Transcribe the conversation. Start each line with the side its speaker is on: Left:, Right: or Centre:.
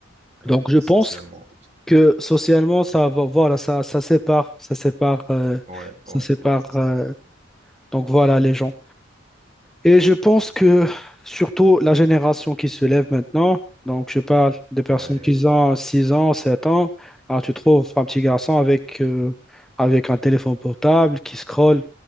Right: ouais,
Centre: Donc,
Right: ouais, toi,
Centre: je pense
Right: socialement.
Centre: que socialement, ça, va- voilà, ça, ça sépare, ça sépare, euh,
Right: Ouais,
Centre: ça
Right: ouais,
Centre: sépare,
Right: ouais,
Centre: euh, donc voilà, les gens. Et je pense que surtout la génération qui se lève maintenant, donc je parle des personnes
Right: ouais, ouais,
Centre: qui ont 6 ans, 7 ans, alors tu trouves un petit garçon avec, euh, avec un téléphone portable qui scrolle,